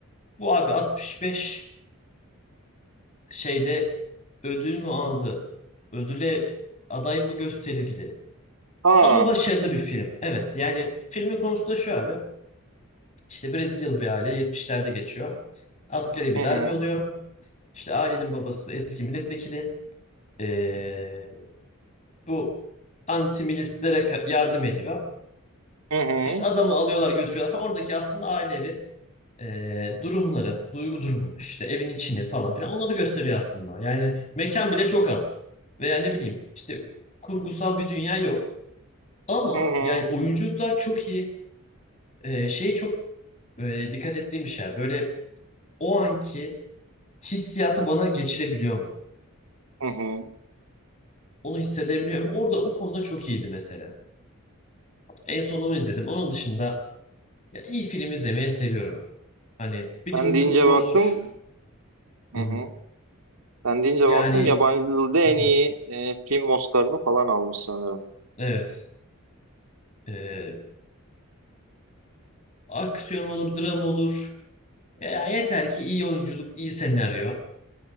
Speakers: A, on the left; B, on the right.
A: bu abi 65 şeyde ödül mü aldı? Ödüle aday mı gösterildi?
B: Aa.
A: Ama başarılı bir film. Evet yani filmin konusu da şu abi. İşte Brezilyalı bir aile 70'lerde geçiyor. Asgari bir
B: Hı
A: darbe
B: hı.
A: oluyor. İşte ailenin babası eski milletvekili. Ee, bu anti-milistlere ka- yardım ediyor.
B: Hı hı.
A: İşte adamı alıyorlar götürüyorlar falan. Oradaki aslında ailevi ee, durumları, duygu durumunu işte evin içini falan filan onları gösteriyor aslında. Yani mekan bile çok az. Veya ne bileyim işte kurgusal bir dünya yok. Ama
B: Hı hı.
A: yani oyunculuklar çok iyi. Ee, şey çok e, dikkat ettiğim bir şey. Böyle o anki hissiyatı bana geçirebiliyor mu?
B: Hı hı.
A: Onu hissedebiliyor muyum? Orada o konuda çok iyiydi mesela. En son onu izledim. Onun dışında ya iyi film izlemeyi seviyorum. Hani bilim
B: Sen deyince
A: kurgu
B: baktım.
A: olur.
B: Hı
A: Hı
B: hı.
A: hı.
B: Sen deyince
A: Yani
B: baktım yabancı dilde
A: hı hı.
B: en iyi e, film Oscar'ını falan almış sanırım.
A: evet. Ee, aksiyon olur, dram olur. Ya yeter ki iyi oyunculuk, iyi senaryo